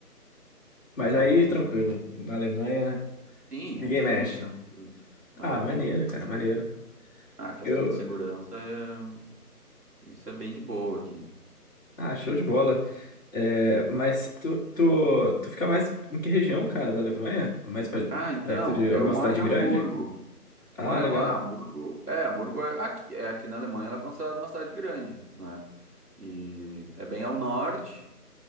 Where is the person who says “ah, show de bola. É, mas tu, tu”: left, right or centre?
Left